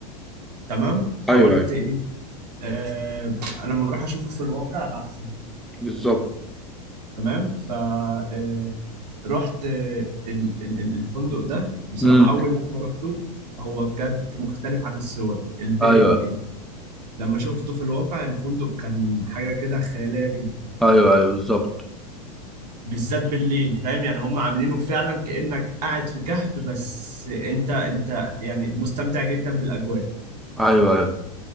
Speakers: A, on the right; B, in the centre.
A: تمام
B: ايوه
A: فقلت
B: ايوه
A: ايه آه... لما اروح اشوفه في الواقع احسن
B: بالظبط
A: تمام ف آه، رحت آه، ال- ال- ال- الفندق ده بصراحة
B: امم
A: أول لما رحته هو بجد مختلف عن الصور الفي
B: ايوه
A: ال ال- لما شفته في الواقع الفندق كان حاجة كده خيالية جدا
B: ايوه ايوه بالظبط
A: بالذات بالليل فاهم يعني هم عاملينه فعلا كأنك قاعد في كهف بس أنت أنت يعني مستمتع جدا بالأجواء
B: ايوه ايوه